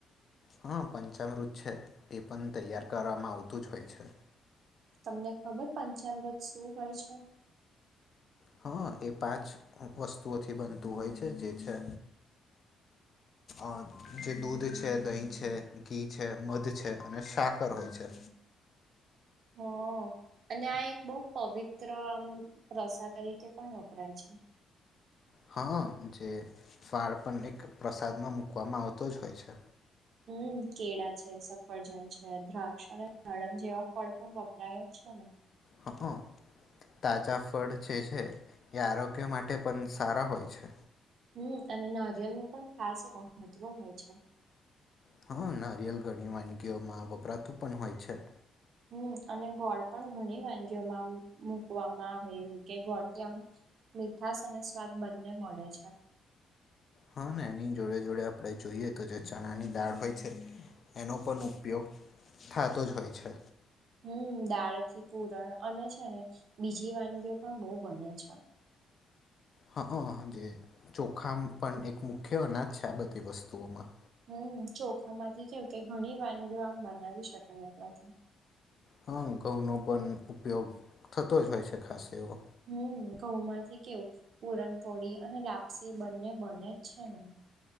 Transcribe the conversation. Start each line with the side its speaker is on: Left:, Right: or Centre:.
Left: હા પંચમૃત છે એ પણ તૈયાર કરવામાં આવતું જ હોય છે
Right: તમને ખબર પંચમ વ્રત શું હોય છે
Left: હા એ પાંચ વસ્તુઓથી બનતું હોય છે જે છે અ <unintelligible> <inaudible> જે દૂધ છે દહીં છે ઘી છે મધ છે અને સાકર હોય છે
Right: હ અને આ એક બહ પવિત્ર આમ રસા તરીકે પણ કર છે <unintelligible> <inaudible>
Left: હા જે ફાળ પણ એક પ્રસાદમાં મૂકવામાં આવતો જ હોય છે
Right: હમ કેળા છે સફરજન છે દ્રાક્ષ અનેડમ જેવા ફળ પણ વપરાય છે ને
Left: હા હ <unintelligible> <inaudible> તાજા ફળ જે છે એ આરોગ્ય માટે પણ સારા હોય છે
Right: હ અને નારિયેલ નું પણ ખાસ એક મહત્વ હોય છે
Left: હા નારિયેલ ઘણી વાનગીઓમાં વપરાતું પણ હોય છે
Right: હમ અને ગોળ પણ ઘણી વાનગીઓમાં મુકવામાં આવેું કે ગોળ ત આમ મીઠશ અને સ્વાદ બંને મળે છે
Left: હા એની જોડે જોડે આપણે જોઈએ તો જે ચણાની દાળ હોય છે એનો પણ ઉપયોગ થતો જ હોય છે
Right: હમ દાળથી પૂરણ અને છે ને બીજી વાનગીઓ પણ બહ બને છે
Left: હા જે ચોખા પણ એક મુખ્ય અનાજ છે આ બધી વસ્તુઓમાં
Right: હમ ચોખા માંથી કેવું કે ઘણી વાનગીઓ આમ બનાવી શકાય આપણાથી
Left: હા ઘઉંનો પણ ઉપયોગ થતો જ હોય છે ખાસ એવો
Right: હમ ઘઉમાંથી કેવું પૂરણપોળી અને લાપસી બંને બને જ છે ને